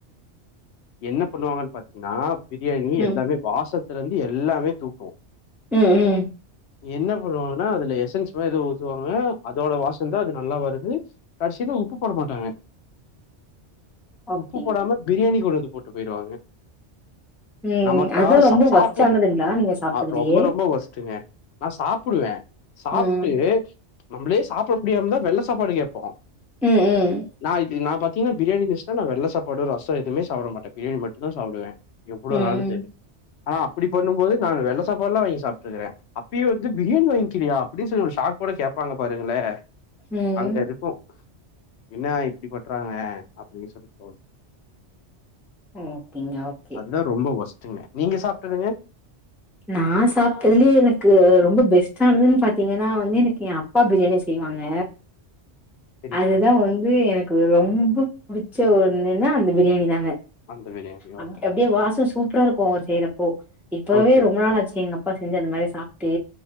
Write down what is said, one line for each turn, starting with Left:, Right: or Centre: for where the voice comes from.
Left: என்ன பண்ணுவாங்கன்னு பாத்தீங்கன்னா பிரியாணி
Centre: ம்
Left: எல்லாமே வாசத்துலந்து எல்லாமே தூக்கும்
Centre: ம் ம்
Left: என்ன பண்ணுவாங்கன்னா அதுல எசன்ஸ் மாரி எதோ ஊத்துவாங்க அதோட வாசம் தான் அது நல்லா வருது கடைசிதான் உப்பு போட மாட்டாங்க
Centre: ஓகேங்க
Left: உப்பு போடாம பிரியாணி கொண்டு வந்து போட்டு போய்டுவாங்க
Centre: ம்
Left: நமக்கா
Centre: அதா ரொம்ப
Left: ச சாப்பிட்டு
Centre: ஒர்ஸ்ட்டானதுங்களா நீங்க சாப்ட்டதுலயே
Left: ரொம்ப ரொம்ப ஒஸ்ட்டுங்க நான் சாப்பிடுவேன் சாப்பிட்டு
Centre: ம்
Left: நம்மளே சாப்புட முடியாமதான் வெள்ள சாப்பாடு கேப்போம்
Centre: ம் ம்
Left: நான் இது நா பாத்தீங்கன்னா பிரியாணி இருந்துச்சன்னா நான் வெள்ள சாப்பாடு ரசம் எவுமே சப்பிட மாட்டன் பிரியாணி மட்டும் தான் சாப்பிடுவேன் எவ்ளோவு
Centre: ம்
Left: நாலும் செரி அனா அப்டி
Centre: ம்
Left: பண்ணும் மோது நான் வெள்ள சாப்பாடுலாம் வாங்கி சாப்பிட்டுருக்கறேன் அப்பயும் வந்து பிரியாணி வாங்கிக்கிறியா அப்டின்னு சொல்லி ஒரு ஷாக் கூட கேப்பாங்க பாருங்களேன்
Centre: ம்
Left: அங்க இருக்கும் என்ன இப்டி பண்றாங்க அப்டின்னு சொல்லி தோணும்
Centre: ஓகேங்க ஓகே
Left: தான் ரொம்ப ஒஸ்ட்டுங்க நீங்க சாப்ட்டதுங்க
Centre: நா சாப்ட்டதுலயே எனக்கு ரொம்ப பெஸ்டானதுன்னு பாத்தீங்கன்னா வந்து எனக்கு என் அப் பா பிரியாணி செய்வாங்க
Left: சரிங்க.
Centre: அதுதான் வந்து எனக்கு ரொம்ப புடிச்ச ஒன்னுனா அந்த பிரியாணி தாங்க
Left: அந்த பிரியாணி
Centre: அ
Left: ஓகே,
Centre: அப்டியே வாசோம் சூப்பரா இருக்கும் செய்றப்போ இப்பவே
Left: ஓகே.
Centre: ரொம்ப நாள் ஆச்சு எங்கப்பா பா செஞ்சு அந்த மாரி சாப்ட்டு